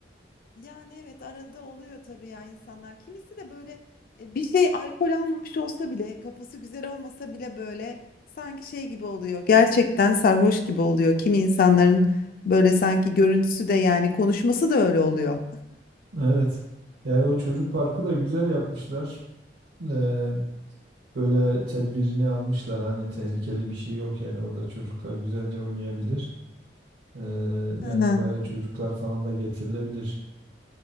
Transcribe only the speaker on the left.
yani evet arada oluyor tabii ya insanlar. Kimisi de böyle e, bir şey alkol almamış olsa bile kafası güzel olmasa bile böyle sanki şey gibi oluyor. Gerçekten sarhoş gibi oluyor. Kimi insanların böyle sanki görüntüsü de yani konuşması da öyle oluyor.
Hı hı.